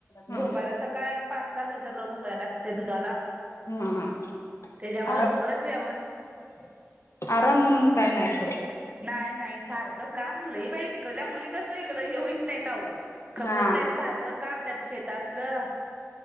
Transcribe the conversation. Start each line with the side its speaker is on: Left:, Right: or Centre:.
Left: हा
Right: झोपायला सकाळ आणि <unintelligible> गजर लावून उठाय लागतय दुधाला
Left: हा
Right: तेज्यामुळे
Left: आरा
Right: लवकरच जेवण <inaudible>
Left: आराम म्हणून काय नाय खरं
Right: नाही नाही सारखं काम लई बाई तिकडल्या मुली कसं इकडं हे होईत नाहीत आओ खपत
Left: हा
Right: नाय सारखं काम त्यात शेतातलं